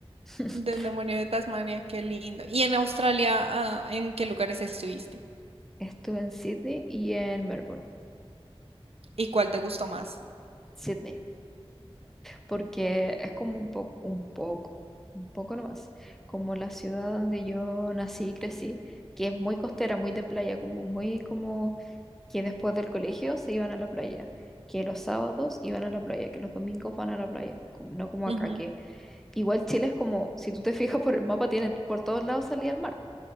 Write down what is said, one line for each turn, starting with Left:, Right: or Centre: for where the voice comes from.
Centre: <laughs>
Right: De un demonio de Tasmania, qué lindo. ¿Y en Australia, ah, en qué lugares estuviste?
Centre: Estuve en Sydney y en Melbourne,
Right: ¿Y cuál te gustó más?
Centre: Sydney, porque es como un poco, un poco, un poco nomás, como la ciudad donde yo nací y crecí, que es muy costera, muy de playa, como muy como que después del colegio se iban a la playa, que los sábados iban a la playa, que los domingos van a la playa, como- no como
Right: Ujú,
Centre: acá, que igual Chile es como, si tú te fijas por el mapa, tiene por todos lados salida al mar.